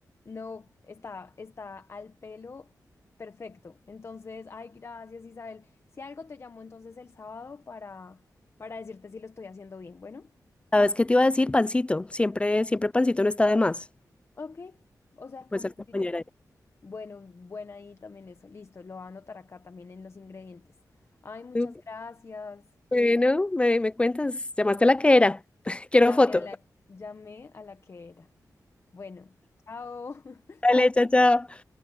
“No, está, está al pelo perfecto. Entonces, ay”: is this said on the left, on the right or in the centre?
Left